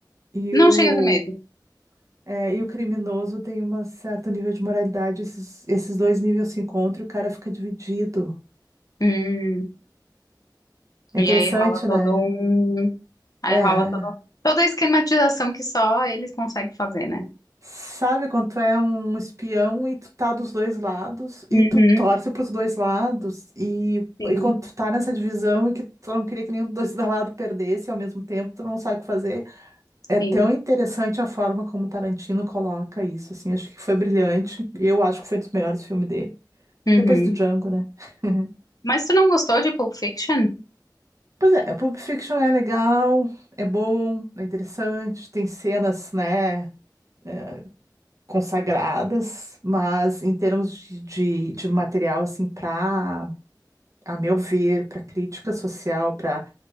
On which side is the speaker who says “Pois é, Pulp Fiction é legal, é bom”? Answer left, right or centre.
Right